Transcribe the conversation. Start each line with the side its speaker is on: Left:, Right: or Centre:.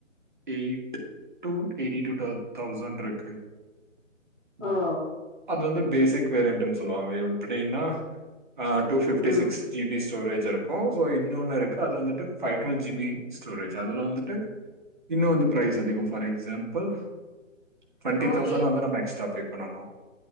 Right: eight to eighty two twelve thousand இருக்கு ம்
Left: ஓ
Right: அது வந்து பேசிக் வேரியன்ட்னு சொல்லுவாங்க எப்டின்னா ஆ டூ ஃபிப்டி
Left: ம்.
Right: சிக்ஸ் ஜீ பி ஸ்டோரேஜ் இருக்கு சோ இன்னொன்னு இருக்கு அது வந்துட்டு five twelve G B storage அதுல வந்துட்டு இன்னு வந்து ஃப்ரைஸ் அதிகம் ஃபார் எக்ஸாம்பிள் டுவெண்டி
Left: இப்போ ஓகே.
Right: தௌசண்ட் வந்து நம்ம எக்ஸ்ட்டா ஃபே பண்ணனு